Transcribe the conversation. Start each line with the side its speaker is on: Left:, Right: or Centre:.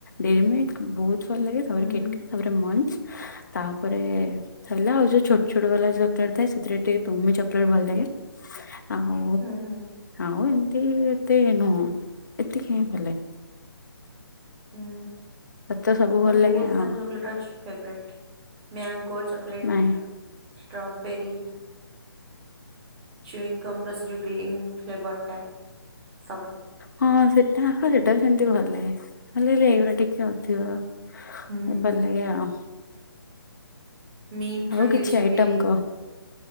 Left: ଡେରିମିଲ୍ ବହୁତ୍ ଭଲ ଲାଗେ ତାପରେ
Right: ହୁଁ
Left: କିଟ୍
Right: ହୁଁ
Left: ତାପରେ ମଞ୍ଚ ତାପରେ ହେଲା ଆଉ ଯୋଉ ଛୋଟ ଛୋଟ ବାଲା ଯୋଉ ଥାଏ ସେଥିରେ ଟିକେ ତୁମି ଚକୋଲେଟ୍ ଭଲ ଲାଗେ ଆଉ
Right: ହୁଁ ହୁଁ।
Left: ଆଉ ଏମି ତି ଏତେ ନୁହଁ ଏତିକି ହିଁ ଭଲ ଲାଗେ।
Right: ହୁଁ
Left: ତତେ ସବୁ ଭଲ
Right: ମୋର ବହୁତ୍
Left: ଲାଗେ
Right: ସାରା
Left: ଆଉ
Right: ଚକୋଲେଟ୍ ଅଛି। ଫେବ୍ରେଟ୍ ମ୍ୟାଙ୍ଗୋ ଚକଲେଟ୍
Left: ନାଇଁ।
Right: ଷ୍ଟ୍ରବେରୀ ଚୁଇଗମ୍ ଉପରେ ସେଯୋଉ ଗ୍ରୀନ୍ ଫ୍ଲେବରଟା ସ
Left: ହଁ ସେଟା ହଁ ସେଇଟାବି ସେମିତି ଭଲ ଲାଗେ ହେଲେ ଏଇରା ଟିକେ ଅଧିକ
Right: ହୁଁ
Left: ଏ ଭଲ ଲାଗେ ଆଉ।
Right: ମିଣ୍ଟର
Left: ଆଉ କିଛି
Right: କିଛିବି
Left: ଆଇଟମ କହ